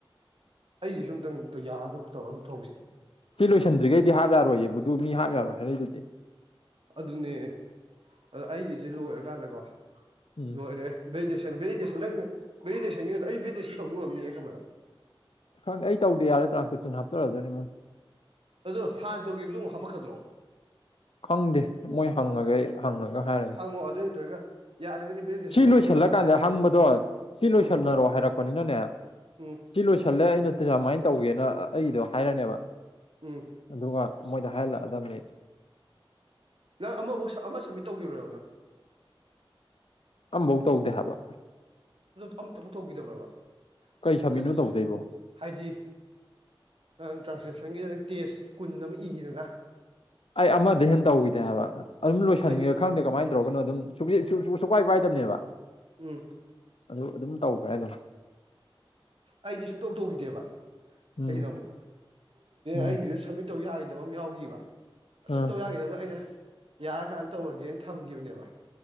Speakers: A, on the right; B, on the left.
A: ꯑꯩꯒꯤꯁꯨ ꯑꯝꯇꯪ ꯌꯥꯗꯕ ꯇꯧꯔ ꯊꯧꯁꯦ
B: ꯁꯤ ꯂꯣꯏꯁꯤꯟꯗ꯭ꯔꯤꯈꯩꯗꯤ ꯍꯥꯞ ꯌꯥꯔꯣꯏꯌꯦꯕꯨꯗꯨ ꯃꯤ ꯍꯥꯞ ꯌꯥꯔꯣꯏ ꯍꯥꯏꯅꯩꯗꯨꯗꯤ
A: ꯑꯗꯨꯅꯦ ꯑꯗ ꯑꯩꯒꯤꯁꯦ ꯂꯣꯏꯔꯀꯥꯟꯗꯀꯣ
B: ꯎꯝ
A: ꯂꯣꯏꯔꯦ ꯑꯗꯨꯩꯗꯤꯩ ꯚꯦꯁꯟ ꯅꯪ ꯚꯦꯗꯦꯁꯟ ꯑꯩ ꯚꯦꯗꯦꯁꯟ ꯇꯧꯗꯧꯕ ꯉꯝꯅꯤ ꯈꯕꯗ
B: ꯈꯪꯗꯦ ꯑꯩ ꯇꯧꯗꯦ ꯌꯥꯔꯦ ꯇ꯭ꯔꯥꯟꯁꯀꯦꯛꯁꯟ ꯍꯥꯞꯆꯔꯁꯨꯅꯤ ꯃꯣꯏ
A: ꯑꯗꯨ ꯍꯥꯟꯅ ꯇꯧꯈꯤꯕꯗꯣ ꯑꯃꯨꯛ ꯍꯥꯞꯄꯛꯀꯗ꯭ꯔꯣ
B: ꯈꯪꯗꯦ ꯃꯣꯏ ꯍꯪꯉꯒꯦ ꯑꯩ ꯍꯪꯉꯒ ꯍꯥꯏꯔꯒꯦ
A: ꯍꯪꯉꯣ ꯑꯗꯨ ꯅꯠꯇ꯭ꯔꯒ ꯌꯥꯔꯒꯗꯤ ꯚꯦꯂꯤꯗꯦꯁꯟꯗ
B: ꯁꯤ ꯂꯣꯏꯁꯤꯜꯂꯀꯥꯟꯗ
A: ꯍꯥꯞꯄꯤꯌꯣꯅ ꯍꯥꯏ ꯍꯥꯏꯈ꯭ꯔꯣ
B: ꯍꯪꯕꯗꯣ ꯁꯤ ꯂꯣꯏꯁꯤꯜꯂꯔꯣ
A: ꯎꯝ
B: ꯍꯥꯏꯔꯛꯄꯅꯤꯅꯅꯦ
A: ꯎꯝ
B: ꯁꯤ ꯂꯣꯏꯁꯤꯜꯂꯦ ꯑꯩꯅ ꯇꯁꯥꯃꯥꯏꯅ ꯇꯧꯒꯦꯅ ꯑꯩꯒꯤꯗꯣ ꯍꯥꯏꯔꯅꯦꯕ
A: ꯎꯝ
B: ꯑꯗꯨꯒ ꯃꯣꯏꯗ ꯍꯥꯏꯍꯜꯂꯛꯑꯗꯕꯅꯤ
A: ꯅꯪ ꯑꯃꯐꯧ ꯑꯃ ꯁꯕꯃꯤꯠ ꯇꯧꯈꯤꯕꯣ ꯅꯪ
B: ꯑꯝꯐꯧ ꯇꯧꯗꯦ ꯍꯥꯏꯕ
A: ꯑꯃꯝꯇ ꯑꯃꯨꯛ ꯇꯧꯈꯤꯗꯕ꯭ꯔꯕ
B: ꯀꯩ ꯁꯕꯃꯤꯠꯅꯣ
A: ꯀꯩꯅꯣꯁꯦ
B: ꯇꯧꯗꯣꯏꯕꯣ
A: ꯍꯥꯏꯗꯤ ꯅꯪ ꯇ꯭ꯔꯥꯟꯁ ꯁꯪꯒꯤꯗꯪ ꯇꯦꯁ ꯀꯨꯟ ꯑꯃ ꯏꯈꯤꯗꯅ
B: ꯑꯩ ꯑꯃꯗ ꯍꯦꯟꯅ ꯇꯧꯈꯤꯗꯦ ꯍꯥꯏꯕ ꯑꯗꯨꯝ ꯂꯣꯏꯁꯤꯟꯒꯦ
A: ꯑꯩꯗꯤ
B: ꯈꯪꯗꯦ ꯀꯃꯥꯏꯅ ꯇꯧꯔꯒꯅ ꯑꯗꯨꯝ ꯁꯨꯛꯄꯥꯏ ꯄꯥꯏꯗꯕꯅꯦꯕ
A: ꯎꯝ
B: ꯑꯗꯨ ꯑꯗꯨꯝ ꯇꯧꯈ꯭ꯔꯦ ꯑꯗꯨꯝ
A: ꯑꯩꯗꯤ ꯁꯨꯡꯇꯧ ꯇꯧꯈꯤꯗꯦꯕ
B: ꯎꯝ
A: ꯀꯒꯤꯅ ꯑꯃꯛꯧ
B: ꯎꯝ
A: ꯑꯩꯒꯤꯁꯨꯠ ꯇꯧ ꯌꯥꯈꯤꯗꯕ ꯑꯃ ꯌꯥꯎꯈꯤꯕ ꯑꯗꯨꯝ
B: ꯎꯝ
A: ꯇꯧ ꯌꯥꯈꯤꯗꯕꯗ ꯑꯩꯅ ꯌꯥꯔꯀꯥꯟꯗ ꯇꯧꯔꯒꯦꯅ ꯊꯝꯈꯤꯕꯅꯦꯕ